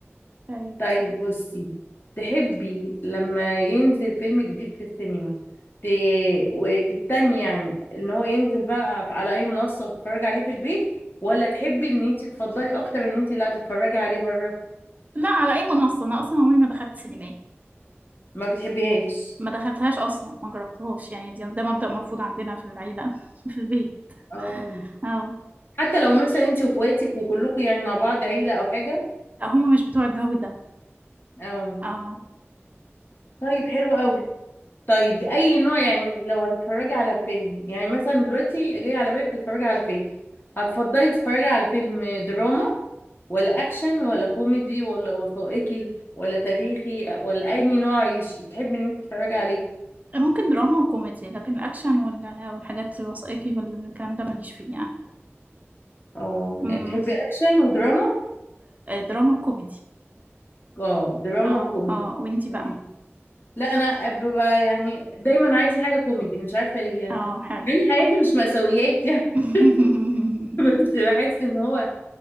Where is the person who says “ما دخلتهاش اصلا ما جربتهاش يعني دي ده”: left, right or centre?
Right